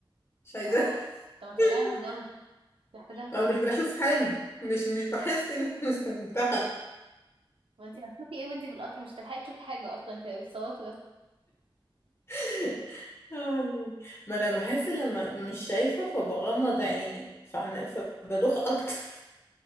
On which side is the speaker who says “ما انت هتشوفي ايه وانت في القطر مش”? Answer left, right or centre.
Right